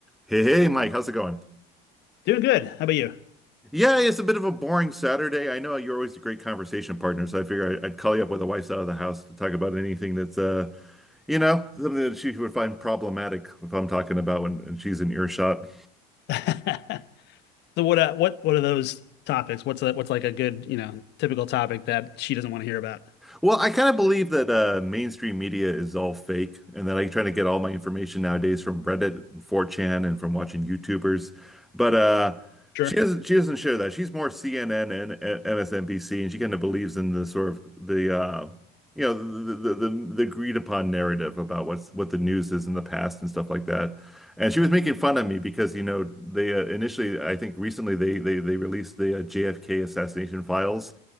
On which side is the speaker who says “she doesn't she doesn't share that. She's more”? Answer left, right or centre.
Centre